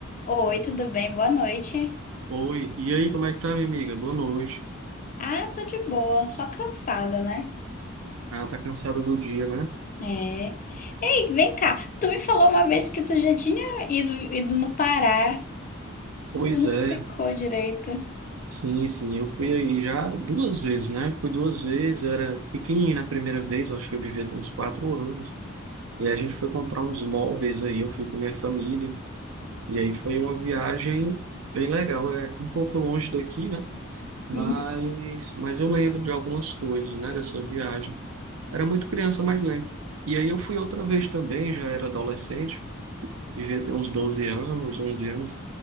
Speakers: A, on the left; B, on the right.
A: Oi, tudo bem? Boa noite.
B: Oi, e aí, como é que tá, minha amiga? Boa noite.
A: Ah, tô de boa, só cansada, né?
B: Ah, tá cansada do dia, né?
A: É. Ei, vem cá. Tu me falou uma vez que tu já tinha ido, ido no Pará.
B: Pois
A: Tu não explicou
B: é,
A: direito.
B: sim, sim, eu fui aí já duas vezes, né? Fui duas vezes, eu era pequenininho na primeira vez, eu acho que eu devia ter uns quatro anos. E a gente foi comprar uns móveis aí, eu fui com minha família. E aí foi uma viagem bem legal, é um pouco longe daqui, né? Mas,
A: Hum,
B: mas eu lembro de algumas coisas, né, dessa viagem. Era muito criança, mas lembro. E aí eu fui outra vez também, já era adolescente. devia ter uns 12 anos, 11 anos.